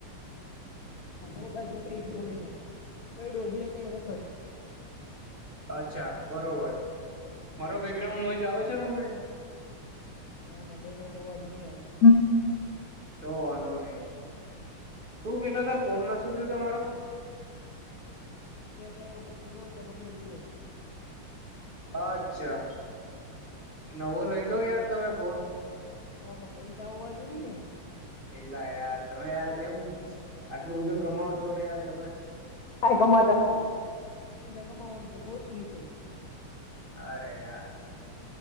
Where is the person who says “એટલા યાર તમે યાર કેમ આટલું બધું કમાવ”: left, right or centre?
Right